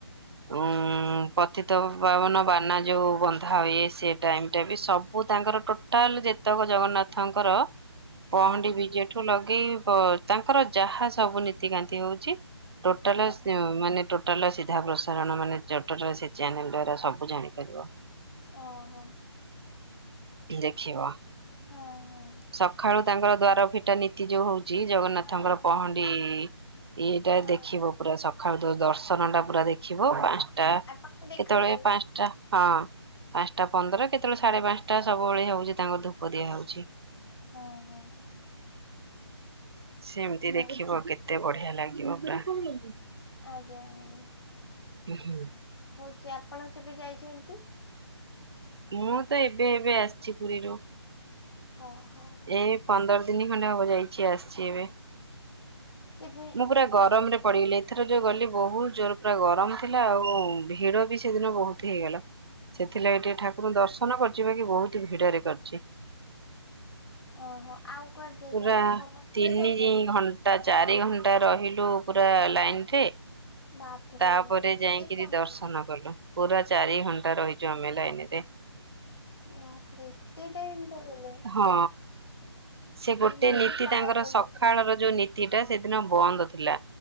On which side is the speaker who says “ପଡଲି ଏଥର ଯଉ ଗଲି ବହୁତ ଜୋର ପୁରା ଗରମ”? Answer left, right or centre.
Right